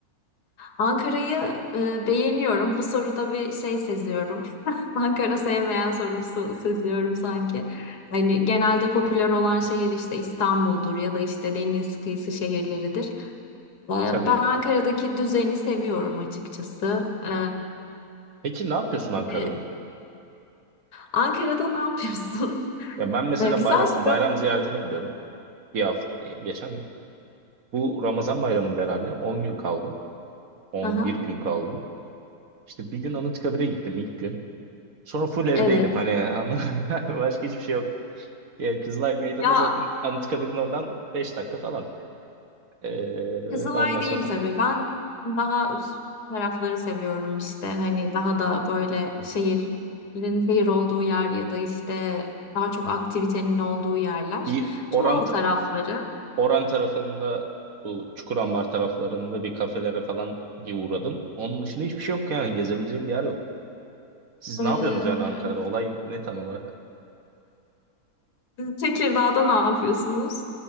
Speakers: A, on the left; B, on the right.
A: Ankara'yı e, beğeniyorum. Bu soruda bir şey seziyorum. <laughs> Ankara sevmeyen sorusu seziyorum sanki. Hani genelde popüler olan şehir işte İstanbul'dur ya da işte deniz kıyısı şehirleridir. E, ben
B: Tabii.
A: Ankara'daki düzeni seviyorum açıkçası. E,
B: Peki ne yapıyorsun
A: bir
B: Ankara'da?
A: de Ankara'da ne yapıyorsun? <laughs>
B: Ya ben mesela
A: E, güzel
B: bayram
A: soru.
B: bayram ziyaretine gidiyorum. Bir hafta e, geçen bu Ramazan bayramında herhalde 10 gün kaldım. 11
A: Aha,
B: gün kaldım. İşte bir gün Anıtkabir'e gittim ilk gün. Sonra full evdeydim.
A: evet.
B: Hani <laughs> ama başka hiçbir şey yok. Ya Kızılay Meydanı
A: Ya
B: zaten Anıtkabir'in oradan 5 dakika falan. Ee,
A: Kızılay
B: ondan sonra
A: değil tabii. Ben daha üst tarafları seviyorum işte. Hani daha da böyle şehrin şehir olduğu yer ya da işte daha çok aktivitenin olduğu yerler.
B: iyi
A: Tumalı
B: Oran
A: tarafları.
B: Oran tarafında bu Çukurambar taraflarında bir kafelere falan bir uğradım. Onun dışında hiçbir şey yok yani gezebileceğim bir yer yok. Siz
A: Ee,
B: ne yapıyorsunuz yani Ankara'da? Olay ne tam olarak?
A: Tekirdağ'da ne yapıyorsunuz?